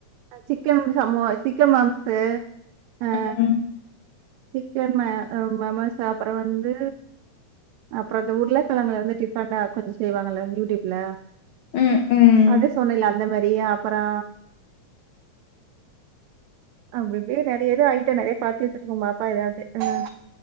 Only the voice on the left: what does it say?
ம்
ம் ம்